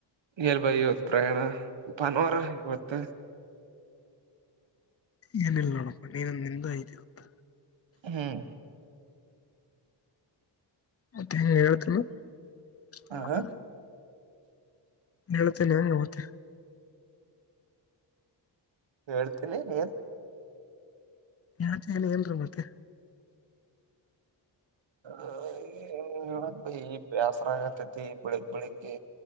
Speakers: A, on the right (about 70°); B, on the left (about 30°).
A: ಎಲ್ ಬಾಯಿ ಇವತ್ ಪ್ರಯಾಣ ಭಾನುವಾರ ಇವತ್ತ.
B: ಏನಿಲ್ಲ ನೋಡಪ್ಪ ನೀನಂದ ನಿಂದು ಐತೆ ಇವತ್ತ್.
A: ಹ್ಮ್.
B: ಮತ್ತೆನ್ ಹೇಳ್ತ್ರೆನ. <unintelligible>
A: ಹ
B: ಹೇಳ್ತೇನ್ ಏನ್ ಉತ್ತ.
A: ಹೇಳ್ತೀನಿ ನೀ ಏನ್.
B: ಯಾಕ್ <unintelligible> ಮತ್ತೆ.
A: ಅ ಏನ್ <unintelligible> ಬ್ಯಾಸರ. ಪ್ರಾಗತೈತಿ ಬೆಳಗ್ ಬೆಳಿಗ್ಗೆ